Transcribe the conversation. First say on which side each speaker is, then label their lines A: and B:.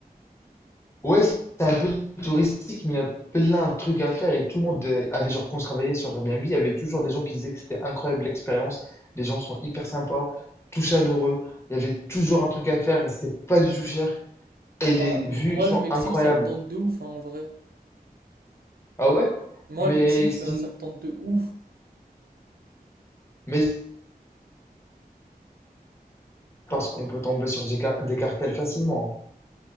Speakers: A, on the left; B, on the right.
A: Ouais, c'est un peu touristique, mais il y a plein de trucs à faire. Et tout le monde euh, avait, genre, quand je travaillais sur Airbnb, il y avait toujours des gens qui disaient que c'était incroyable l'expérience. Les gens sont hyper sympas, tout chaleureux. Il y avait toujours un truc à faire et c'était pas du tout cher. Et les
B: Bah, m-
A: vues
B: moi,
A: sont
B: le Mexique,
A: incroyables.
B: ça me tente de ouf, hein, en vrai.
A: Ah ouais?
B: Moi,
A: Mais
B: le Mexique,
A: si,
B: euh, ça me tente de ouf.
A: mais parce qu'on peut tomber sur des, car- des cartels facilement.